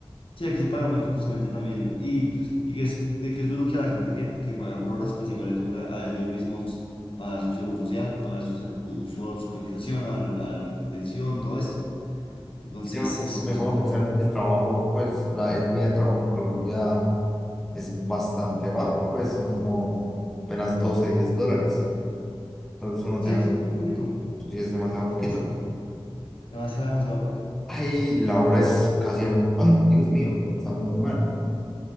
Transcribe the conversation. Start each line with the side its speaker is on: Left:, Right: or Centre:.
Left: Sí, aquí se paga muy injustamente también. Y, y que es, que es duro que a la gente que, que paga por horas, pues igual le toca a ellos mismos pagar su seguro social, pagar su, ser- su, su, su cotización al, al pensión, todo esto. Entonces
Centre: Si yo me, po-
Left: es
Centre: me
Left: más
Centre: pongo
Left: complicado.
Centre: a pensar en el trabajo, pues la, el día de trabajo en Colombia. es bastante bajo, pues son como apenas 12 10 dólares. Pero Eso nos
Left: Sí,
Centre: deja,
Left: sí,
Centre: como-
Left: es muy poquito.
Centre: sí, es demasiado
Left: Es
Centre: poquito.
Left: bas- demasiado, demasiado poco,
Centre: Ay, la hora es casi a un... Ay, Dios mío, está muy mal.